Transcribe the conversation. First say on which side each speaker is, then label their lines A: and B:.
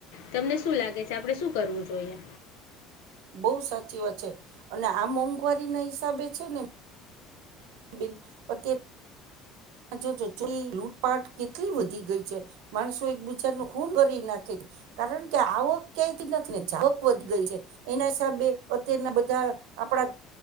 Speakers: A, on the left (about 85°); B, on the right (about 80°).
A: તમને શું લાગે છે આપણે શું કરવું જોઈએ?
B: બહુ સાચી વાત છે અને, આ મોંઘવારી ના હિસાબે છે ને બિન અત્યે જો-જો ચો લૂટપાટ કેટલી વધી ગઈ છે, માણસો એક બીજાનુ ખૂન કરીરી નાખે છે. કારણ કે, આવક ક્યાથી નથી ને જાવક વધી ગઈ છે, એના હિસાબે અત્યારના બધા આપડા